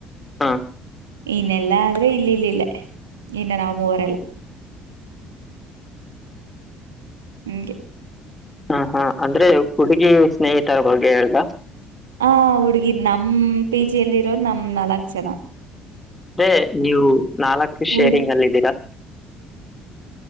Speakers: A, on the left; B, on the right.
A: ಹಾ
B: ಇನ್ನೆಲ್ಲಾ ಆದ್ರೆ ಇಲ್ಲಿ ಇಲ್ಲಿ ಇಲ್ಲ ಇನ್ನ ನಾ ಮೂವರೆಲ್ಲ ನಿಂಗೆ <inaudible>
A: ಹಾ ಹಾ ಅಂದ್ರೆ ಹುಡುಗಿ ಸ್ನೇಹಿತರ ಬಗ್ಗೆ ಹೇಳ್
B: ಹ ಹುಡ್ಗಿ ನಮ ಪಿ ಜಿಿಯಲ್ಲಿ ಇರೋದು ನಮ ನಾಲ್ಕ್ ಜನ
A: ಅೇ ನೀವು ನಾಲ್ಕು ಶೇರಿಂಗ್
B: ಹುಡು
A: ಅಲ್ಲಿದ್ದೀರಾ